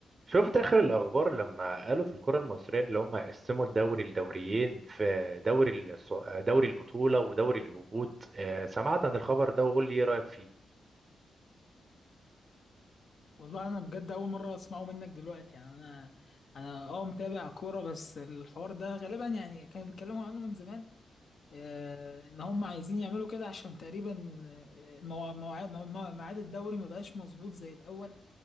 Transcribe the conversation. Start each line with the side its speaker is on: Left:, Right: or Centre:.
Right: شفت اخر الاخبار لما قالوا في الكره المصريه اللي هم قسموا الدوري لدوريين في دوري الص- دوري البطوله ودوري الهبوط آه، سمعت عن الخبر ده وقول لي ايه رايك فيه
Left: والله انا بجد اول مره اسمعه منك دلوقتي يعني انا انا اه متابع كوره بس الحوار ده غالبا يعني كانوا بيتكلموا عنه من زمان آه ان هم عايزين يعملوا كده عشان تقريبا آه، موا- مواعيد موا- موا- ميعاد الدوري ما بقاش مظبوط زي الاول